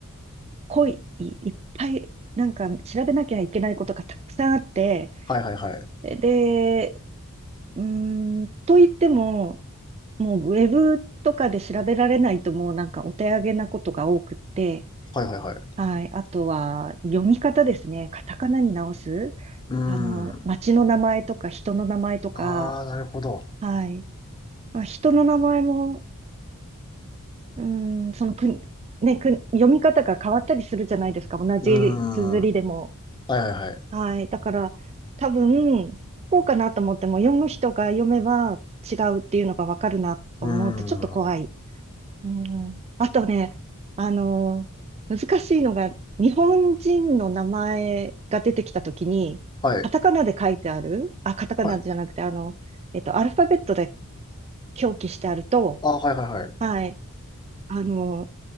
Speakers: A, on the right; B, on the left.
A: 濃い、いいっぱい、なんか調べなきゃいけないことがたくさんあって、
B: あ、はいはいはい。
A: で、うーん、と言っても、もうウェブとかで調べられないともうなんかお手上げなことが多くって、
B: はいはいはい。
A: はい。あとは、読み方ですね。カタカナに直す。
B: うん。
A: あの、街の名前とか人の名前とか、
B: ああ、なるほど。
A: はい。まあ、人の名前も、うーん、そのく、ね、く、読み方が変わったりするじゃないですか。同じ綴りでも。
B: うん。はいはいはい。
A: はい。だから、多分、こうかなと思っても、読む人が読めば違うっていうのがわかるなと思うと、
B: うん。
A: ちょっと怖いうん、あとね、あのー難しいのが、日本人の名前が出てきたときに、
B: はい。
A: カタカナで書いてある、あ、カタカナじゃなくて、
B: はい。
A: あの、えっと、アルファベットで表記してあると、
B: あ、はいはいはい。
A: はい、あのー